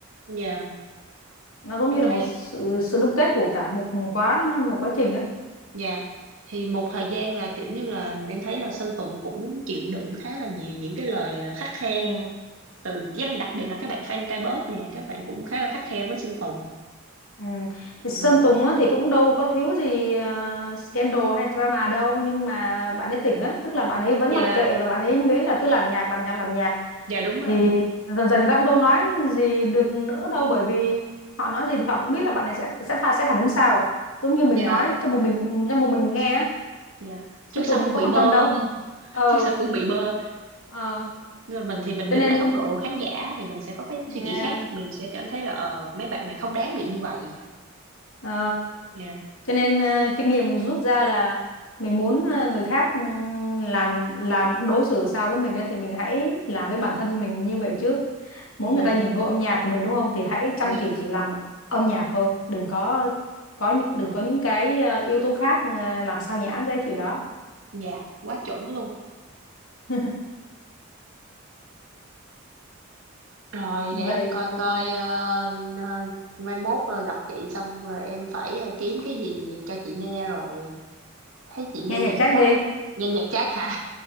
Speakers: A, on the right; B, on the left.
A: dạ
B: nó giống
A: em
B: như là
A: thấy
B: một sự sự đúc kết của cả một quá một quá trình á
A: dạ thì một thời gian là kiểu như là em thấy là Sơn Tùng cũng chịu đựng khá là nhiều những cái lời ờ, khắt khe
B: ừ.
A: từ gia đình đặc biệt là các bạn fan K-pop nè các bạn cũng khá là khắt khe với Sơn Tùng
B: Ừ. Thì
A: rồi
B: Sơn Tùng á, thì cũng đâu có thiếu gì ờ, scandal hay drama đâu nhưng mà bạn ấy tỉnh á tức là bạn ấy vẫn
A: dạ
B: mặc kệ và bạn ấy miễn là cứ làm nhạc làm nhạc làm nhạc
A: dạ đúng rồi
B: thì dần dần người ta cũng đâu nói gì được nữa đâu bởi vì họ nói gì thì họ cũng biết là bạn này sẽ sẽ pha- sẽ phản ứng sao à? giống như
A: dạ
B: mình nói cho một mình cho một mình mình nghe á
A: dạ
B: Sơn
A: trước sau
B: Tùng
A: cũng
B: có
A: bị
B: quan
A: bơ
B: tâm đâu
A: <laughs>
B: ừ
A: trước sau cũng bị bơ
B: ờ
A: nhưng mà mình thì mình
B: cho
A: đứng
B: nên
A: ở góc độ khán giả thì mình sẽ có cái
B: yeah.
A: suy nghĩ khác mình sẽ cảm thấy là ờ, mấy bạn này không đáng bị như vậy
B: ờ,
A: dạ
B: cho nên ờ, kinh nghiệm rút ra là mình muốn ờ, người khác ừ, làm làm đối xử sao với mình ấy, thì mình hãy làm với bản thân mình như vậy trước muốn
A: dạ
B: người ta nhìn vô âm nhạc của mình đúng không thì hãy chăm
A: dạ
B: chỉ chỉ làm âm nhạc thôi đừng có có những đừng có những cái ờ, yếu tố khác ờ, làm sao nhãng cái chuyện đó
A: dạ quá chuẩn luôn
B: <laughs>
A: rồi
B: vậy
A: để em coi coi ờ, n- ờ, mai mốt ờ, gặp chị xong rồi em phải ờ, kiếm cái gì cho chị nghe rồi thấy chị nghe
B: nghe
A: nhạc
B: nhạc Jack
A: jazz
B: đi
A: nghe nhạc jazz hả